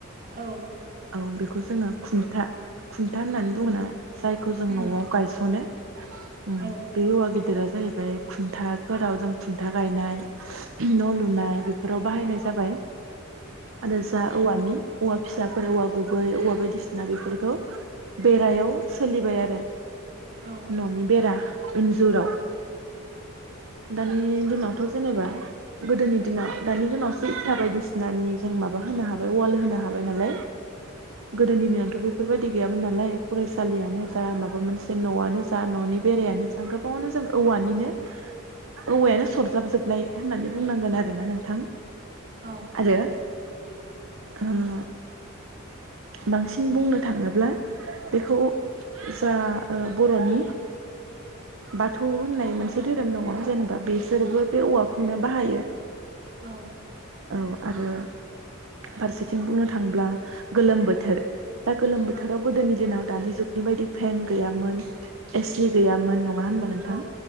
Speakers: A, on the right (about 45°); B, on the right (about 70°).
A: औ।
B: औ बेखौ जोङो खुन्था खुन्था होननानै बुङोना। जायखौ जों
A: उम
B: न'आव गायस'नो उम
A: औ
B: बे औवा गि गोदोरा जाहैबाय खुन्थाफोराव जों खुन्था गायनाय न' लुनाय बेफोराव बाहायनाय जाबाय आरो जा औवानि औवा फिसाफोर औवा गुबै औवा बायदिसिना बेफोरखौ बेरायाव सोलिबाय आरो
A: औ
B: न'नि बेरा इन्जुराव दानि दिनावथ' जेनेबा गोदोनि दिनाव दानि दिनावसो इथा बायदिसिनानि जों माबा होनो हाबाय वाल होनो हाबाय नालाय गोदोनि दिननियाथ' बे बेफोरबायदि गैयामोन नालाय फरायसालियानो जा माबा मोनसे न'आनो जा न'नि बेरायानो जा गोबावनो जों औवानिनो औवायानो सरजाब जोबनाय होननानै बुंनांगोन आरोना नोंथां
A: औ
B: आरो ओ बांसिन बुंनो थाङोब्ला बेखौ जा ओ बर'नि बाथौ होननाय मोनसे धोरोम दङ जेनेबा बिसोरबो बे औवाखौनो बाहायो
A: औ
B: औ आरो फारसेथिं बुंनो थांब्ला गोलोम बोथोर दा गोलोम बोथोराव
A: औ
B: गोदोनि दिनाव दानि जुग बेबायदि फेन गैयामोन एसि गैयामोन नङा होनबा नोंथां
A: औ